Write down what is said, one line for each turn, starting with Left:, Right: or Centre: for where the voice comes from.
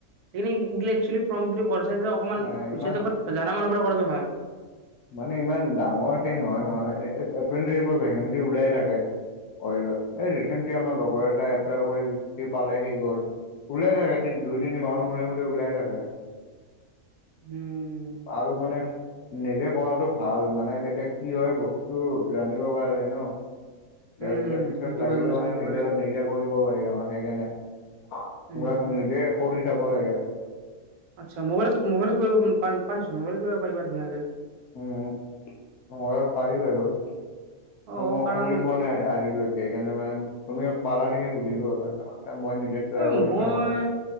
Right: ন ফৰ্ম যদিাই অকণমান
Left: নাই
Right: পুচাইওক
Left: ইমান
Right: জানা মানুহব কৰাটো ভাল।
Left: মানে ইমান ডাঙৰ সেই নহয় নহয় এপ্ৰেডি ভেকেঞ্চি ওলাই থাকে। ত, এই ৰিচেণ্টলি আমাৰ লগৰ এটা এপ্লাই কৰি সি পালে সি গল। ওলিয়াই থাকে তি দুই তিনি মাহৰ মোৰে মোট ওলিয়াই থাকে।
Right: উম
Left: আৰু মানে নিজে কৰাটো ভাল মানে তেতিয়া কি হয় বস্তু জানিব পৰা যায় ন। তেতিয়া
Right: উম উম
Left: পিছত
Right: সেইটো
Left: লাগিলেও
Right: হয় কিন্তু
Left: মানে
Right: জানিব
Left: নিজে
Right: পৰা যায়
Left: নিজে কৰিব পাৰি আৰু সেইকাৰণে।
Right: উম
Left: নিজে কৰি চাব লাগে।
Right: আচ্ছা মোবাইলত- মোবাইলত কৰিব পা- পাৰিছো মোবাইলত কৰিব পাৰিবা ধুনীয়াকে।
Left: উম। মই পাৰি বাৰু। কি
Right: অ
Left: মই
Right: কাৰণ
Left: কৰি পোৱা নাই আজিলৈ সেইকাৰণে মানে তুমি পালা নেকি সুধিলো আৰু। মই নিজে ট্ৰাই
Right: এ,
Left: কৰি
Right: মই
Left: চাম আৰু